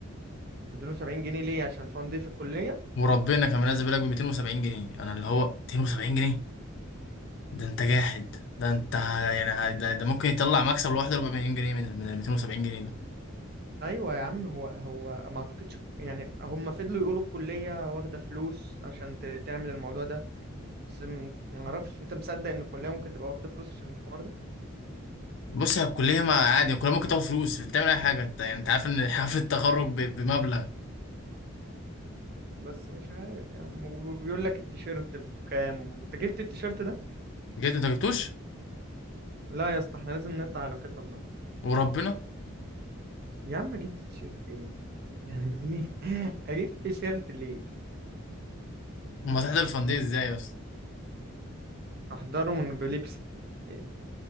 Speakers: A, on the right; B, on the left.
A: 270 جنيه ليه عشان فان دي في الكلية
B: وربنا كان منزل بالك ب 270 جنيه انا اللي هو 270 جنيه ده انت جاحد ده انت يعني ه- ده, ده ممكن يطلع مكسب لوحده 4 مليون جنيه من من ال 270 جنيه دول
A: ايوه يا عم هو هو ما اعتقدش يعني هم فضلوا يقولوا الكلية واخدة فلوس عشان ت- تعمل الموضوع ده بس م- ما اعرفش انت مصدق ان الكلية ممكن تبقى واخدة فلوس عشان الحوار ده
B: بص هي الكليه ما عادي الكليه ممكن تاخد فلوس مش بتعمل اي حاجه انت يعني انت عارف ان <laughs> حفله التخرج ب- بمبلغ
A: بس مش عارف يا عم وبيقول لك التيشيرت بكام انت جبت التيشيرت ده
B: جبت انت جبتوش
A: لا يا اسطى احنا لازم نقطع علاقتنا ببعض
B: وربنا
A: يا عم جبت تيشيرت ايه يا اسطى يعني ليه <laughs> اجيب تيشيرت ليه
B: امال هتحضر الفندق ازاي يا اسطى
A: احضره من بلبسي إيه-